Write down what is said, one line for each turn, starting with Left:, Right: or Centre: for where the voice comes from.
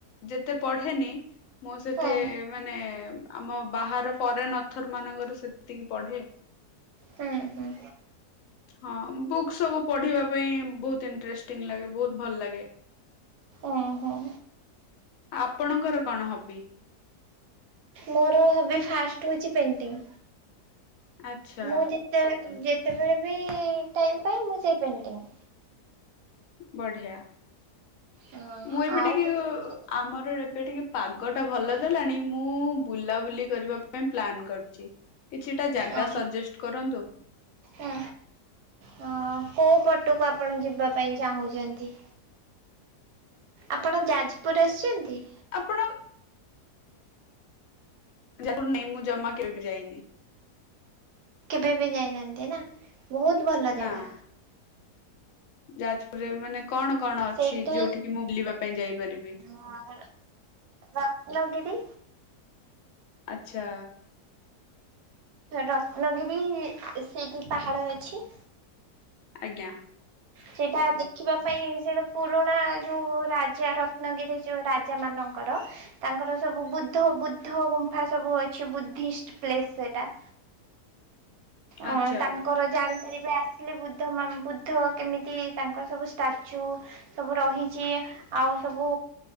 Left: ଯେତେ ପଢେନି ମୁଁ ସେତେ
Right: ହୁଁ
Left: ମାନେ ଆମ ବାହାର ଫରେନ ଅଥର ମାନଙ୍କର ସେତିକି ପଢେ।
Right: ହୁଁ ହୁଁ।
Left: ହଁ ବୁକ୍ ସବୁ ପଢିବା ପାଇଁ ବହୁତ ଇଣ୍ଟରେଷ୍ଟିଙ୍ଗ ଲାଗେ ବହୁତ ଭଲ ଲାଗେ।
Right: ଓଁ ହୁଁ।
Left: ଆପଣଙ୍କର କଣ ହବି।
Right: ମୋର ହବି ଫାଷ୍ଟ ହଉଛି ପେଣ୍ଟିଂ।
Left: ଆଚ୍ଛା
Right: ମୁଁଯେ ଯେତେଳେ ଯେତେବେଳେ ବି ଟାଇମ ପାଏ ମୁଁ ସେଇ ପେଣ୍ଟିଙ୍ଗ।
Left: ବଢିଆ
Right: ହଁ
Left: ମୁଁ ଏବେ
Right: ଆଉ
Left: ଟିକେ
Right: କିଛି
Left: ଉ
Right: ସେମିତି
Left: ଆମର ଏବେ ଟିକେ ପାଗ ଟା ଭଲ ଦେଲାଣି। ମୁଁ ବୁଲାବୁଲି କରିବା ପ୍ଲାନ କରିଛି କିଛିଟା ଜାଗା
Right: ଓହୋ
Left: ସଜେଷ୍ଟ କରନ୍ତୁ।
Right: ହଁ। ହ କୋଉ ପଟକୁ ଆପଣ ଯିବା ପାଇଁ ଚାହୁଁଛନ୍ତି? ଆପଣ ଯାଜପୁର ଆସିଛନ୍ତି?
Left: ଆପଣ ଯାଜପୁର ନାଇ ମୁଁ ଜମା କେବେ ବି ଯାଇନି।
Right: କେବେ ବି ଯାଇନାହାନ୍ତି ନା ବହୁତ ଭଲ
Left: ନା।
Right: ଜାଗା।
Left: ଯାଜପୁରରେ ମାନେ କଣ କଣ
Right: ସେଇଠି
Left: ଅଛି ଯୋଉଠିକି ମୁଁ ବୁଲିବା ପାଇଁ ଯାଇପାରିବି?
Right: <inaudible> ରତ୍ନଗିରି।
Left: ଆଚ୍ଛା।
Right: ରତ୍ନଗିରି ସେଇଠି ପାହାଡ ଅଛି।
Left: ଆଜ୍ଞା।
Right: ସେଇଟା ଦେଖିବା ପାଇଁ ସେଇଟା ପୁରୁଣା ଯୋଉଁ ରାଜା ରତ୍ନଗିରି ଯୋଉ ରାଜା ମାନଙ୍କର। ତାଙ୍କର ସବୁ ବୁଦ୍ଧ ବୁଦ୍ଧ ଗୁମ୍ଫା ସବୁ ଅଛି ବୁଦ୍ଧି ପ୍ଲେସ ସେଇଟା। ଅ
Left: ଆଚ୍ଛା।
Right: ତାଙ୍କର ଜାଣିପାରିବେ ଆସିଲେ ବୁଦ୍ଧ ମା ବୁଦ୍ଧ କେମିତି ତାଙ୍କର ସବୁ ଷ୍ଟାଚ୍ୟୁ। ସବୁ ରହିଛି ଆଉ ସବୁ